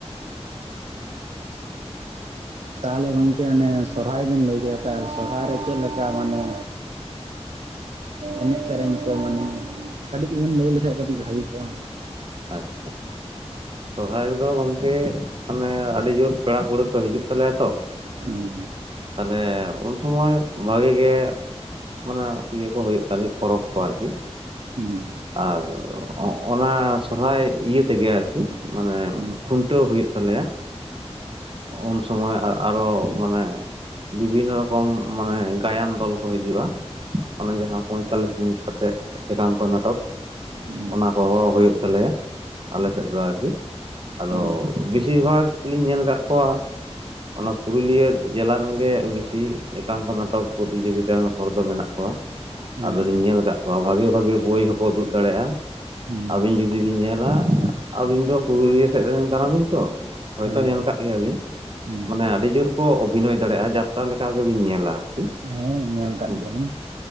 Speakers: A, on the right (about 75°); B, on the right (about 50°).
A: ᱛᱟᱦᱚᱞᱮ ᱜᱚᱝᱠᱮ ᱚᱱᱮ ᱥᱚᱨᱦᱟᱭ ᱵᱮᱱ ᱞᱟᱹᱭ ᱠᱮᱜ-ᱟ᱾ ᱛᱟᱨ ᱥᱚᱨᱦᱟᱭ ᱨᱮ ᱪᱮᱫ ᱞᱮᱠᱟ ᱢᱟᱱᱮ ᱮᱱᱮᱡ ᱥᱮᱨᱮᱧ ᱠᱚ ᱢᱟᱱᱮ ᱠᱟᱹᱴᱤᱡ ᱵᱮᱱ ᱞᱟᱹᱭ ᱞᱮᱠᱷᱟᱡ ᱠᱟᱹᱴᱤᱡ ᱵᱷᱟᱜᱤ ᱠᱚᱜᱼᱟ᱾
B: ᱟᱪᱪᱷᱟ᱾ ᱥᱚᱨᱦᱟᱭ ᱨᱮᱫᱚ ᱜᱚᱝᱠᱮ ᱢᱟᱱᱮ ᱟᱹᱰᱤ ᱡᱳᱨ ᱯᱮᱲᱟ ᱯᱟᱹᱣᱲᱟᱹ ᱠᱚ ᱦᱤᱡᱩᱜ ᱛᱟᱞᱮᱭᱟ ᱛᱚ᱾
A: ᱦᱮᱸ᱾
B: ᱛᱟᱦᱚᱞᱮ ᱩᱱ ᱥᱚᱢᱚᱭ ᱵᱷᱟᱜᱤ ᱜᱮ ᱢᱟᱱᱮ ᱤᱭᱟᱹ ᱠᱚ ᱦᱩᱭᱩᱜ ᱛᱟᱞᱮᱭᱟ ᱯᱚᱨᱚᱵᱽ ᱠᱚ ᱟᱨᱠᱤ᱾
A: ᱦᱩᱸ᱾
B: ᱟᱨ ᱚᱱᱟ ᱥᱚᱨᱦᱟᱭ ᱤᱭᱟᱹ ᱛᱮᱜᱮ ᱟᱨ ᱠᱤ
A: ᱦᱩᱸ
B: ᱢᱟᱱᱮ
A: ᱦᱩᱸ ᱦᱩᱸ
B: ᱠᱷᱩᱱᱴᱟᱹᱣ ᱦᱩᱭᱩᱜ ᱛᱟᱞᱮᱭᱟ ᱩᱱ ᱥᱩᱢᱚᱭ ᱟᱨᱚ ᱢᱟᱱᱮ ᱵᱤᱵᱷᱤᱱ ᱨᱚᱠᱚᱢ ᱢᱟᱱᱮ ᱜᱟᱭᱟᱱ ᱫᱚᱞ ᱠᱚ ᱦᱤᱡᱩᱜᱼᱟ᱾ ᱚᱱᱟ ᱡᱟᱦᱟᱸ ᱯᱚᱸᱭᱛᱟᱞᱤᱥ ᱢᱤᱱᱤᱴ ᱠᱟᱛᱮᱫ ᱮᱠᱟᱝ ᱠᱚ ᱱᱟᱴᱚᱠ᱾
A: ᱦᱩᱸ
B: ᱚᱱᱟ ᱠᱚᱦᱚᱸ ᱦᱩᱭᱩᱜ ᱛᱟᱞᱮᱭᱟ ᱟᱞᱮ ᱥᱮᱫ ᱫᱚ ᱟᱨ ᱠᱤ᱾ ᱟᱫᱚ
A: ᱦᱩᱸ ᱦᱩᱸ ᱦᱩᱸ
B: ᱵᱤᱥᱤᱨ ᱵᱷᱟᱜᱽ ᱛᱮᱞᱤᱧ ᱧᱮᱞ ᱠᱟᱜ ᱠᱚᱣᱟ ᱚᱱᱟ ᱯᱩᱨᱩᱞᱤᱭᱟᱹ ᱡᱮᱞᱟ ᱨᱮᱱ ᱜᱮ ᱵᱤᱥᱤ ᱮᱠᱟᱝ ᱠᱚ ᱱᱟᱴᱚᱠ ᱯᱚᱛᱤ ᱡᱳᱜᱤᱛᱟ ᱨᱮᱱ ᱦᱚᱲ ᱫᱚ ᱢᱮᱱᱟᱜ᱾
A: <unintelligible>
B: ᱟᱫᱚ
A: ᱦᱮᱸ
B: ᱞᱤᱧ ᱧᱮᱞ ᱠᱟᱜ ᱠᱚᱣᱟ ᱵᱷᱟᱜᱤ ᱵᱷᱟᱜᱤ ᱵᱳᱭ ᱦᱚᱸᱠᱚ ᱩᱫᱩᱜ ᱫᱟᱲᱮᱭᱟᱜ-ᱟ᱾
A: ᱦᱩᱸ
B: ᱟᱹᱵᱤᱱ ᱡᱩᱫᱤ ᱵᱤᱱ ᱧᱮᱞᱟ, ᱟᱹᱵᱤᱱ ᱫᱚ ᱯᱩᱨᱩᱞᱤᱭᱟᱹ ᱥᱮᱫ ᱨᱮᱱ ᱠᱟᱱᱟ ᱵᱤᱱ ᱛᱚ᱾ ᱦᱳᱭ
A: ᱦᱮᱸ
B: ᱛᱚ ᱧᱮᱞ ᱠᱟᱜ ᱜᱮᱭᱟ ᱵᱤᱱ᱾
A: ᱦᱩᱸ
B: ᱢᱟᱱᱮ ᱟᱹᱰᱤ ᱡᱳᱨ ᱠᱚ ᱚᱵᱷᱤᱱᱚᱭ ᱫᱟᱲᱮᱭᱟᱜ-ᱟ ᱡᱟᱛᱨᱟ ᱞᱮᱠᱟ ᱜᱮᱵᱤᱱ ᱧᱮᱞᱟ ᱟᱨᱠᱤ᱾
A: ᱦᱮᱸ ᱧᱮᱞ ᱠᱟᱫ
B: ᱦᱮᱸ
A: ᱜᱮᱭᱟ ᱞᱤᱧ᱾